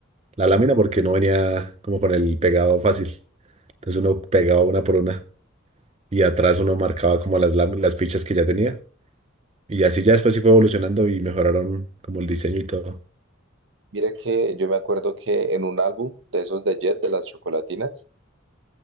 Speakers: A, on the right (about 30°); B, on the right (about 65°).
A: la lámina, porque no venía como con el pegado fácil. Entonces uno pegaba una por una y atrás uno marcaba como las, lámi- las fichas que ya tenía. Y así ya después sí fue evolucionando y mejoraron como el diseño y todo.
B: Mira que yo me acuerdo que en un álbum de esos de Jet, de las chocolatinas,